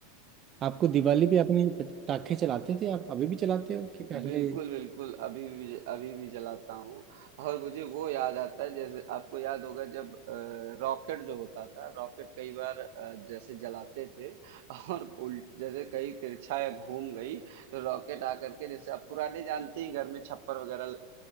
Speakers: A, on the right; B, on the right.
A: आपको दिवाली पे आपने ये पट- पटाखे चलाते थे आप अभी भी चलाते हो कि पहले
B: बिल्कुल, बिल्कुल। अभी भी अभी भी जलाता हूँ और मुझे वो याद आता है जैसे आपको याद होगा जब अ, रॉकेट जो होता था, रॉकेट कई बार अ, जैसे जलाते थे <laughs> और उल जैसे कहीं तिरछा या घूम गई तो रॉकेट आकर के जैसे आप पुराने जानते ही घर में छप्पर वगैरह